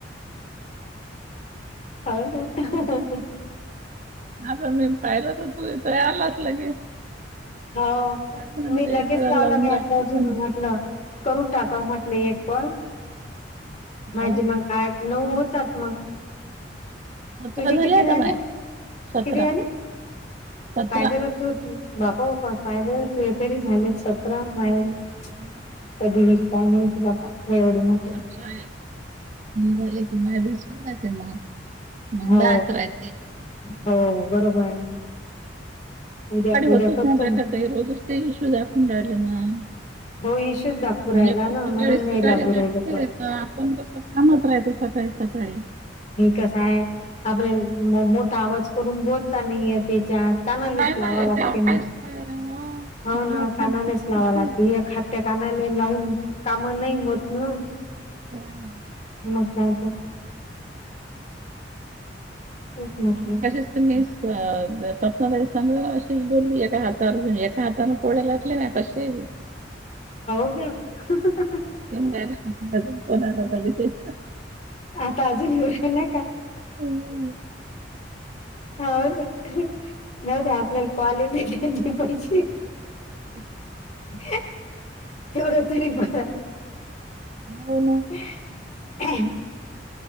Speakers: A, on the left; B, on the right.
A: हो ना <inaudible>
B: आता मी पाहिलंच हो तू इथ आलाच लगे.
A: हो
B: काय म्हणे
A: मी
B: मला
A: लगेच
B: एक वेळा
A: लावला
B: लावून
A: <unintelligible>
B: लागते का
A: म्हटलं करून टाकाव म्हटलं एक कॉल माझे
B: हो
A: मग आज नऊ होतात मग.
B: सतरा
A: तुझे किती
B: आता
A: झाले?
B: माय सतरा
A: किती झाले?
B: सतरा
A: काय बर तू बापा बापा पाय बर तु तरी झालेत सतरा मायल
B: ह <inaudible>
A: कधी होईल काय माहिती बाबा एवढ मग.
B: अच्छा झाले की नाही बसून ना ते मग. मग
A: हो
B: दहाच राहते
A: हो बरोबर आहे. उद्या
B: सकाळी होतच
A: उद्या करतो
B: म्ह
A: मी
B: काता रोजच ते इश्यू दाखवून राहिले ना.
A: हो इशूच दाखवू राहिला
B: एक तर
A: ना
B: सकाळी
A: म्हणून नाही
B: सकाळी
A: लागू
B: लागते.
A: राहिल का
B: तर आपण कसं कामात राहायचं, सकाळी सकाळी.
A: हे कस हाय, आपल्याला मोठा आवाज करून बोलता नाही हेच्यात. कानालीच
B: नाही
A: लावा
B: नाही याच्यावर
A: लागते मग,
B: काहीच नाही हो
A: हो
B: मग
A: ना
B: एखाद
A: कानालीच
B: किती?
A: लावा लागते त्या कानाला लावून काम नाही होत ना.
B: नाही.
A: मग काय तर, तेच म्हटलं?
B: मगाशीच मी स्वप्नाताई सांगा, अशीच बोलली एका हात. तर म्हणे एका हातानं पोळ्या लाटल्या ना कसे.
A: <unintelligible>
B: त्याला बसून कोणा ला बघतयं.
A: आता अजून येऊ <unintelligible> का?
B: हम्म.
A: हो हो ना नव्हत, आपल्याला कॉलेज <unintelligible>
B: ह अ
A: <unintelligible> तेवढं तरी बरयं.
B: हो ना.
A: ह <unintelligible>